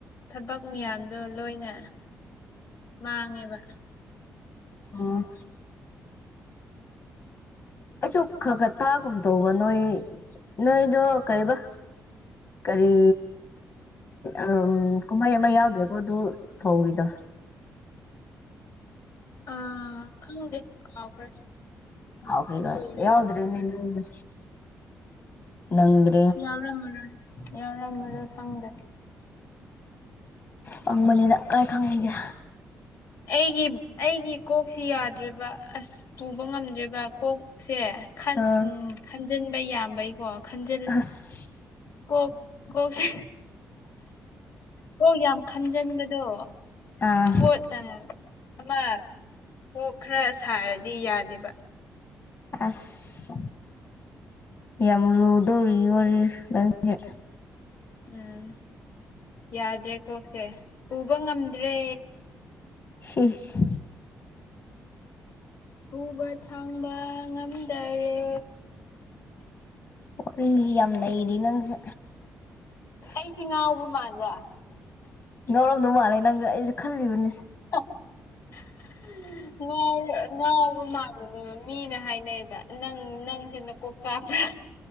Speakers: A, on the left; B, on the left.
A: ꯊꯕꯛ ꯃꯌꯥꯝꯗꯣ ꯂꯣꯏꯅ ꯃꯥꯡꯉꯦꯕ
B: ꯑꯣ ꯑꯩꯁꯨ ꯈꯔ ꯈꯔ ꯇꯥꯒꯨꯝ ꯇꯧꯕ ꯅꯣꯏ ꯅꯣꯏꯗꯣ ꯀꯩꯕ ꯀꯔꯤ ꯑꯝ ꯀꯨꯝꯍꯩ ꯑꯃ ꯌꯥꯎꯗ꯭ꯔꯦꯀꯣ ꯑꯗꯨ ꯐꯧꯒꯤꯗꯣ
A: ꯑꯥ ꯈꯪꯗꯦ ꯀꯥꯎꯈ꯭ꯔꯦ
B: ꯀꯥꯎꯈꯔꯦ ꯀꯥꯏ
A: ꯀꯨꯏꯔꯦꯅꯦ
B: ꯌꯥꯎꯗꯔꯦꯅꯦ ꯅꯣꯏꯗꯣ ꯅꯪꯗꯔꯦ
A: ꯌꯥꯎꯔꯝꯃꯔꯣꯏ ꯌꯥꯎꯔꯝꯃꯔꯣꯏ ꯈꯪꯗꯦ
B: ꯄꯪꯕꯅꯦꯅ ꯀꯥꯏ ꯈꯪꯅꯤꯒꯦ
A: ꯑꯩꯒꯤ ꯑꯩꯒꯤ ꯀꯣꯛꯁꯦ ꯌꯥꯗ꯭ꯔꯦꯕ ꯑꯁ ꯄꯨꯕ ꯉꯝꯗ꯭ꯔꯦꯕ ꯀꯣꯛꯁꯦ
B: ꯑꯥ
A: ꯎꯝ ꯈꯟꯖꯤꯟꯕ ꯌꯥꯝꯕꯩꯀꯣ ꯈꯟꯖꯟ
B: ꯑꯁ
A: ꯀꯣꯛ ꯀꯣꯛꯁꯦ ꯀꯣꯛ ꯌꯥꯝ ꯈꯟꯖꯤꯟꯕꯗꯣ
B: ꯑꯥ
A: ꯄꯣꯠ ꯑ ꯑꯃ ꯀꯣꯛ ꯈꯔ ꯁꯥꯔꯗꯤ ꯌꯥꯗꯦꯕ
B: ꯑꯁ ꯌꯥꯝ ꯂꯨꯗꯧꯔꯤ ꯋꯥꯔꯤ ꯅꯪꯖꯦ
A: ꯎꯝ ꯌꯥꯗ꯭ꯔꯦ ꯀꯣꯛꯁꯦ ꯄꯨꯕ ꯉꯝꯗ꯭ꯔꯦ
B: ꯁꯤꯁ
A: ꯄꯨꯨꯕ ꯊꯥꯡꯕ ꯉꯝꯗꯔꯦ
B: ꯋꯥꯔꯤꯖꯦ ꯌꯥꯝ ꯅꯩꯔꯤ ꯅꯪꯖꯦ
A: ꯑꯩꯁꯦ ꯉꯥꯎꯕ ꯃꯥꯟꯕ꯭ꯔꯣ
B: ꯉꯥꯎꯔꯝꯗꯧ ꯃꯥꯜꯂꯦ ꯅꯪꯖꯦ ꯑꯩꯁꯨ ꯈꯜꯂꯤꯕꯅꯦ
A: ꯍ ꯎꯝ ꯉꯥꯎꯕ ꯉꯥꯎꯕ ꯃꯥꯥꯟꯂꯨꯔꯦꯕ ꯃꯤꯅ ꯍꯥꯏꯅꯩꯕ ꯅꯪ ꯅꯪꯁꯦ ꯅꯀꯣꯛ ꯆꯥꯛꯄ꯭ꯔꯥ